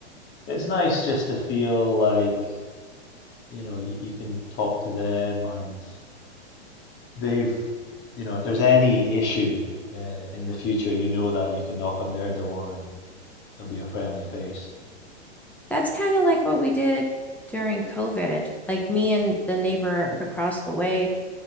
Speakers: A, on the left; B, in the centre.
A: it's nice just to feel like, you know, you, you can talk to them and they've, you know, if there's any issue uh, in the future, you know that you can knock on their door and there'll be a friendly face.
B: That's kind of like what we did during COVID. Like me and the neighbor across the way,